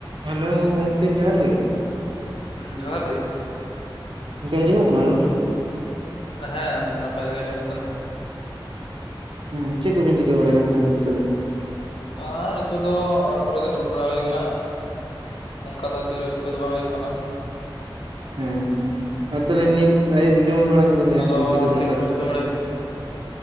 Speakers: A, on the right; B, on the left.
A: ᱦᱮᱞᱳ ᱜᱚᱝᱠᱮ ᱡᱚᱦᱟᱨ ᱜᱮ
B: ᱦᱩᱸ ᱡᱚᱦᱟᱨ ᱜᱮ
A: ᱜᱚᱢᱠᱮ ᱟᱡᱚᱢᱚᱜ ᱠᱟᱱᱟ ᱨᱚᱲ?
B: ᱦᱮᱸ ᱱᱟᱯᱟᱭ ᱛᱮᱜᱮ ᱟᱸᱡᱚᱢᱚᱜ ᱠᱟᱱᱟ᱾
A: ᱦᱩᱸ ᱪᱮᱫ ᱵᱤᱱ ᱪᱤᱠᱟᱹ ᱵᱟᱲᱮᱭᱮᱫᱟ ᱛᱟᱦᱚᱞᱮ ᱱᱤᱛᱚᱜ ᱫᱚ?
B: ᱟᱨ ᱱᱤᱛᱚᱜ ᱫᱚ ᱚᱲᱟᱜ ᱠᱚᱨᱮ ᱜᱮ ᱫᱩᱲᱩᱵ ᱵᱟᱲᱟ ᱦᱩᱭ ᱟᱠᱟᱱᱟ᱾ ᱚᱱᱠᱟ ᱫᱚ ᱪᱮᱫ ᱪᱤᱠᱟᱹ ᱫᱚ ᱵᱟᱝ ᱦᱩᱭᱩᱜ ᱠᱟᱱᱟ᱾
A: ᱦᱩᱸ ᱦᱩᱸ ᱟᱨ ᱛᱟᱦᱚᱞᱮ ᱱᱤᱛ ᱟᱹᱭᱩᱵ ᱡᱚᱢ ᱵᱟᱲᱟ ᱠᱚᱫᱚ ᱦᱩᱭᱩᱜ
B: ᱟᱫᱚ
A: ᱟᱥᱮ ᱵᱟᱝ ᱜᱤᱫᱩᱵ
B: ᱟᱢᱜᱮ
A: ᱫᱟᱠᱟ
B: ᱪᱮᱫ ᱠᱚᱢ
A: ᱠᱚᱫᱚ?
B: ᱪᱤᱠᱟᱹ ᱵᱟᱲᱟᱭᱮᱫᱟ